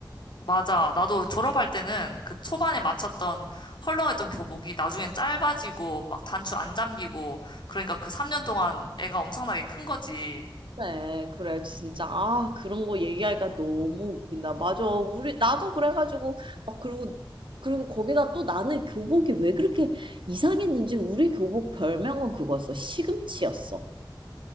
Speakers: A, on the left (about 70°); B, on the right (about 85°).
A: 맞아. 나도 졸업할 때는 그 초반에 맞췄던 헐렁했던 교복이 나중엔 짧아지고 막 단추 안 잠기고 그러니까 그 3년 동안 애가 엄청나게 큰 거지.
B: 네, 그래, 진짜. 아, 그런 거 얘기하니까 너무 웃긴다. 맞아. 우리, 나도 그래가지고, 막, 그리고, 그리고 거기다 또 나는 교복이 왜 그렇게 이상했는지 우리 교복 별명은 그거였어. 시금치였어.